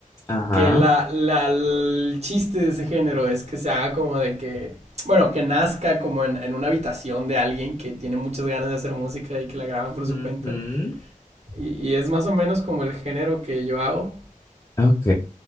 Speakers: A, on the left; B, on the right.
A: ajá.
B: que la, la- el chiste de ese género es que se haga como de que, bueno, que nazca como en, en una habitación de alguien que tiene muchas ganas de hacer música y que la graba por su
A: ujú,
B: cuenta. Y, y es más o menos como el género que yo hago.
A: Ok.